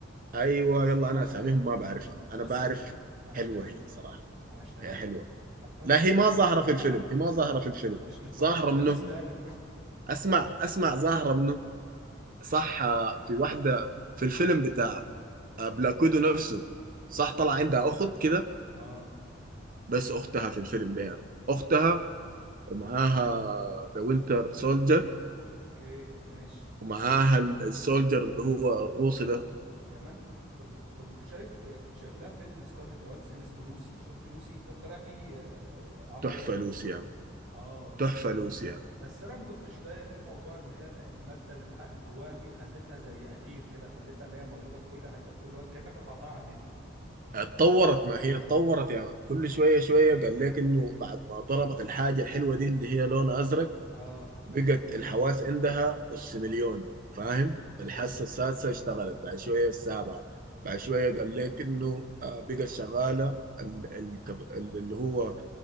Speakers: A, on the right (about 45°); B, on the right (about 80°).
A: ايوه يلا
B: صح
A: انا اساميهم
B: كده بموت
A: ما بعرفها
B: فيها
A: انا
B: بس
A: بعرف
B: انا ش... انا اشتريت
A: حلوه هي صراحه
B: انا اشتريت
A: هي حلوه
B: خلاص هتفرغ
A: لا
B: خلاص
A: هي ما ظاهره في الفيلم
B: <laughs>
A: هي ما ظاهره في الفيلم
B: مش متفرج
A: ظاهره
B: ده فيلم
A: منو
B: زبالة
A: اسمع اسمع ظاهره منو صح آه في واحده في الفيلم بتاع آه بلاك ويدو نفسه صح طلع عندها اخت كده
B: اه
A: بس اختها في الفيلم ده يعني. اختها
B: شو.
A: ومعاها ذا وينتر سولجر
B: اوكي ماشي
A: ومعاها السولجر اللي هو الروسي ده
B: يا من كنت كنت شايف كنت شايف لها فيلم سكارليت جوهانسون اسمه لوسي شفت لوسي كان طالع فيه آه، عمرو
A: تحفة
B: واكد
A: لوسي يعني
B: اه
A: تحفة
B: جميل
A: لوسي يعني
B: بس انا ما كنتش فاهم ايه موضوع ان هي ال- الماده اللي اتحقنت جواها دي خلتها زي اثير كده خلتها اللي هي موجوده في كل حته في كل وقت كانك رفعتها على النت
A: اتطورت
B: يعني
A: ما هي اتطورت يعني كل شوية شوية قال لك انه بعد ما ضربت الحاجة الحلوة دي اللي هي لونها ازرق
B: اه
A: بقت الحواس عندها اس مليون فاهم الحاسة
B: حلو
A: السادسة اشتغلت بعد شوية السابعة بعد شوية قال لك انه آه، بقت شغالة ال- ال- اللي هو